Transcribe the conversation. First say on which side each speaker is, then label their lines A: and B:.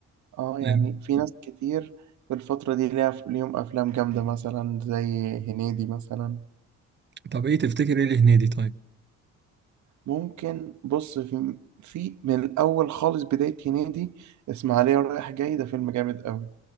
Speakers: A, on the right; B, on the right.
A: آه
B: يعني-
A: يعني في ناس كتير في الفترة دي ليها ليهم أفلام جامدة مثلا زي هنيدي مثلا
B: طب ايه تفتكر ايه لهنيدي طيب
A: ممكن بص في في من الاول خالص بدايه هنيدي اسماعيليه رايح جاي ده فيلم جامد قوي